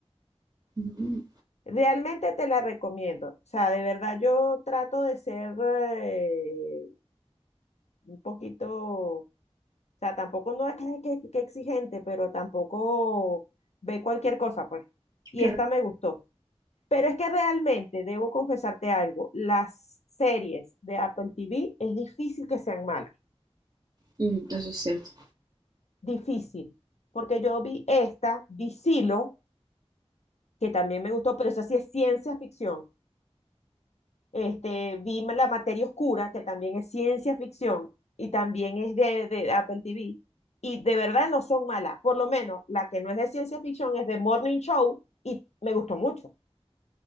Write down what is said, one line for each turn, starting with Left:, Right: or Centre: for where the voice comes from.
Right: Mm,
Left: Realmente te la recomiendo. O sea, de verdad yo trato de ser eh, un poquito, o sea, tampoco no es que, que que exigente, pero tampoco ve cualquier cosa, pues. Y
Right: claro,
Left: esta me gustó. Pero es que realmente, debo confesarte algo, las series de Apple TV es difícil que sean malas,
Right: Mm, eso es cierto.
Left: difícil, porque yo vi esta, vi Silo, que también me gustó, pero esa sí es ciencia ficción. Este, vi La Materia Oscura, que también es ciencia ficción y también es de, de Apple TV, y de verdad no son malas, por lo menos la que no es de ciencia ficción es de Morning Show y me gustó mucho.